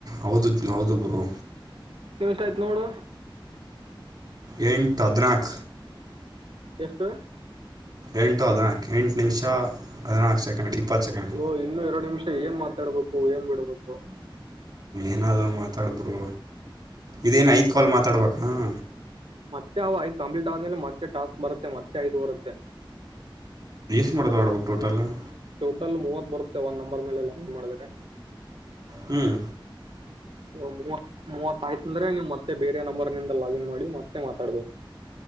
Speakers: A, on the right (about 50°); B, on the right (about 85°).
A: ಹೌದು ಹೌದು ಬ್ರೋ
B: ಕೆಮಷ್ಟ ಆಯ್ತು ನೋಡು
A: ಎಂು ಹದನಾಕ
B: ಎಷ್ಟು
A: ಎಂಟು ಅದ್ರಾ ಎಂಟು ನಿಮಿಷ ಹದಿನಾಲ್ಕು ಸೆಕೆಂಡ್ ಇಪ್ಪತ್ತು ಸೆಕೆಂಡ್
B: ಓ ಇನ್ನು ಎರಡು ನಿಮಿಷ ಏನ್ ಮಾತಾಡ್ಬೇಕು ಏನ್ ಬಿಡ್ಬೇಕು
A: ಏನಾದೂ ಮಾತಾಡಬರು ಇದೇನ್ ಐತ್ ಕಾಲ್ ಮಾತಾಡ್ಬೇಕಾ <inaudible>
B: ಮತ್ತೆ ಅ ಐದ್ ಕಂಪ್ಲೀಟ್ ಆದ್ಮೇಲೆ ಮತ್ತೆ ಟಾಸ್ಕ್ ಬರುತ್ತೆ ಮತ್ತೆ ಐದ್ ಬರುತ್ತೆ
A: ಸ್ ಮಾಡೋದ ಅವಡ ಟೋಟಲ್ <inaudible>
B: ಟೋಟಲ್ ಮೂವತ್ ಬರುತ್ತೆ ಒಂದ್ ನಂಬರ್ ಮೇಲೆ ಲಾಗಿನ್ ಮಾಡಿದ್ರೆ
A: ಹ್ಮ್
B: ಓ ಮೂವತ್ ಮೂವತ್ತಾಯ್ತ ಅಂದ್ರೆ ನೀವು್ ಮತ್ತೆ ಬೇರೆ ನಂಬರ್ನಿಂದ ಲಾಗಿನ್ ಮಾಡಿ ಮತ್ತೆ ಮಾತಾಡ್ಬೇಕು